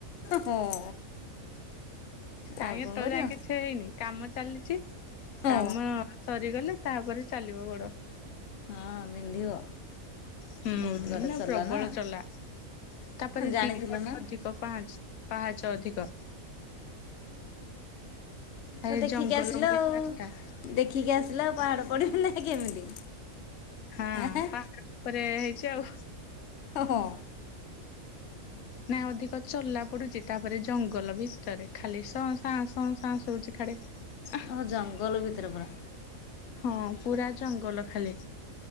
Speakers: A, on the left (about 60°); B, on the left (about 80°).
A: ହଁ।
B: କାଇଁ
A: ଆଉ କଣ
B: ଏତଳେ
A: କରିବ
B: ଯାଏଁ କିଛି ହେଇନି କାମ ଚାଲିଚି
A: ହଁ
B: କାମ ସରିଗଲେ ତାପରେ ଚାଲିବ ଗୋଡ।
A: ହଁ ବିନ୍ଧିବ।
B: ହୁଁ ଏଇନା
A: ବହୁତ ବାଟ ଚଲା
B: ପ୍ରବଳ
A: ନା
B: ଚଲା ତାପରେ
A: ଜାଣିଥିଲ
B: ଦି ପଟ
A: ନା
B: ଅଧିକ ପାହାଚ। ପାହାଚ ଅଧିକ। ଏ
A: ତ ଦେଖିକି
B: ଜଙ୍ଗଲ
A: ଆସିଲ
B: ଭଳିଆ
A: ଆଉ
B: ରାସ୍ତା
A: ଦେଖିକି ଆସିଲ ଆ ପାହାଡ଼ ପଡ଼ିବ ନାହିଁ କେମିତି।
B: ହଁ
A: ହେଁ
B: ପାହାଡ ଉପରେ ହେଇଚି ଆଉ।
A: ହଁ।
B: ନାଇ ଅଧିକ ଚଲା ପଡୁଛି ତାପରେ ଜଙ୍ଗଲ ଭିତରେ ଖାଲି ସଁ, ଶାଁ ସଁ ଶାଁ ଶୁଭୁଛି ଖାଡି। <inaudible>
A: ଓହଃ ଜଙ୍ଗଲ ଭିତରେ ପରା।
B: ହଁ ପୁରା ଜଙ୍ଗଲ ଖାଲି।